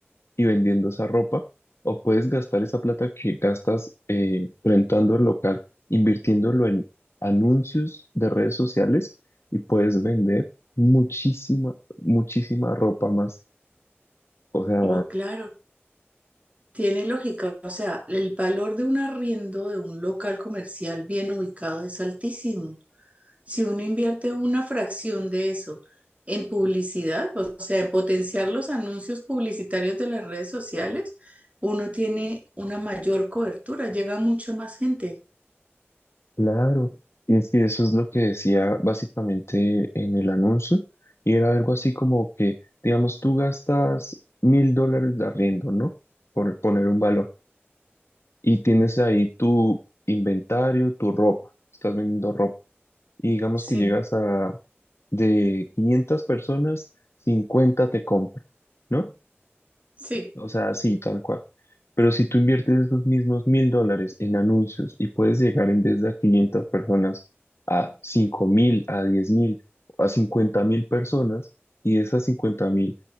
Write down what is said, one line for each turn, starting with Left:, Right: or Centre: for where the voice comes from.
Left: y vendiendo esa ropa, o puedes gastar esa plata que gastas eh, rentando el local, invirtiéndolo en anuncios de redes sociales y puedes vender muchísima, muchísima ropa más. O sea,
Right: Oh, claro, tiene lógica. O sea, el valor de un arriendo de un local comercial bien ubicado es altísimo. Si uno invierte una fracción de eso en publicidad, o sea, en potenciar los anuncios publicitarios de las redes sociales, uno tiene una mayor cobertura, llega a mucha más gente.
Left: claro. Y es que eso es lo que decía básicamente en el anuncio, y era algo así como que, digamos, tú gastas mil dólares de arriendo, ¿no? Por poner un valor y tienes ahí tu inventario, tu ropa, estás vendiendo ropa. Y digamos
Right: Sí,
Left: que llegas a de 500 personas, 50 te compran, ¿no?
Right: sí.
Left: O sea, así, tal cual. Pero si tú inviertes esos mismos mil dólares en anuncios y puedes llegar en vez de a 500 personas a cinco mil, a diez mil, a cincuenta mil personas, y de esas cincuenta mil